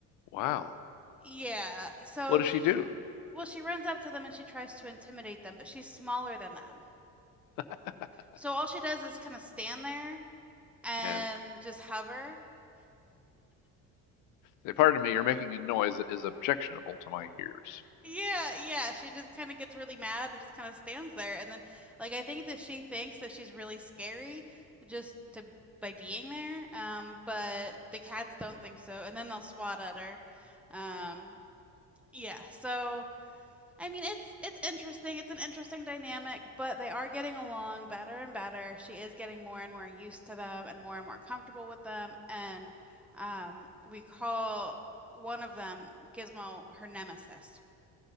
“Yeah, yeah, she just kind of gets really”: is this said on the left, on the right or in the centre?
Centre